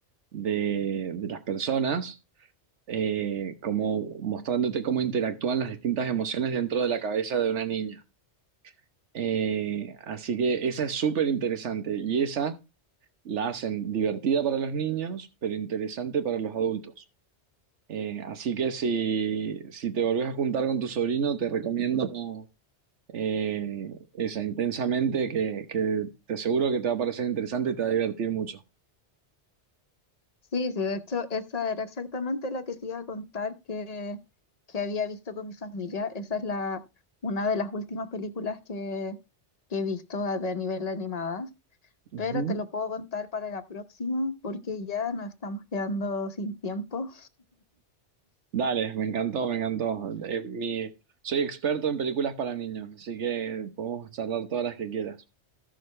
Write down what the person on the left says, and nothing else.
Sí, sí, de hecho, esa era exactamente la que te iba a contar que, que había visto con mi familia. Esa es la, una de las últimas películas que, que he visto a, de- a nivel animadas,
pero te lo puedo contar para la próxima porque ya nos estamos quedando sin tiempo.